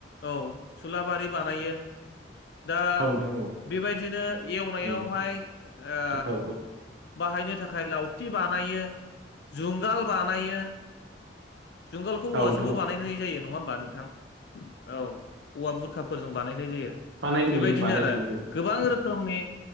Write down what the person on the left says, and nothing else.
औ सुलाबारि बानायो। दा
बेबायदिनो एवनायावहाय
ओ
बाहायनो थाखाय लावति बानायो जुंगाल बानायो जुंगालखौ
औवाजोंबो
बानायनाय जायो नङा होमबा नोंथां? औ औवा बुरखाफोरजों बानायनाय जायो
बेबायदिनो
आरो।
गोबां रोखोमनि